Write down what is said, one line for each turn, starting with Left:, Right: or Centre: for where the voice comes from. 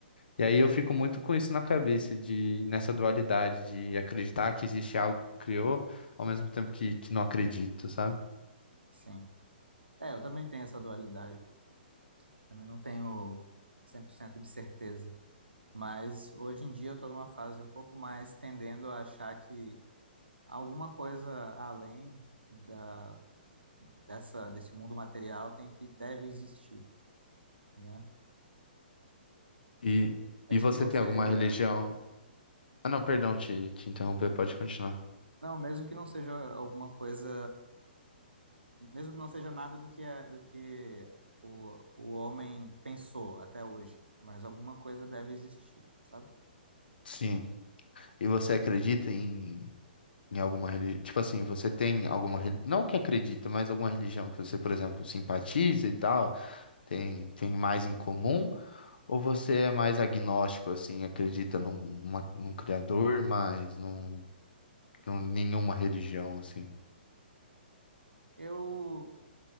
Left: E aí eu fico muito com isso na cabeça, de nessa dualidade de acreditar que existe algo que criou, ao mesmo tempo que, que não acredito, sabe?
Right: sim. É, eu também tenho essa dualidade, também não tenho 100% de certeza, mas hoje em dia eu tô numa fase um pouco mais tendendo a achar que alguma coisa além da, dessa, desse mundo material tem que deve existir, né?
Left: E,
Right: Mesmo
Left: e você
Right: que não
Left: tem
Right: seja,
Left: alguma religião? Ah, não, perdão, te, te interromper, pode continuar.
Right: não, mesmo que não seja alguma coisa, mesmo que não seja nada do que é, do que o, o homem pensou até hoje, mas alguma coisa deve existir, sabe?
Left: Sim. E você acredita em, em alguma religião? Tipo assim, você tem alguma religião? Não que acredita, mas alguma religião que você, por exemplo, simpatiza e tal, tem, tem mais em comum? Ou você é mais agnóstico, assim, acredita num, numa- num criador, mas num Não, nenhuma religião, assim.
Right: Eu,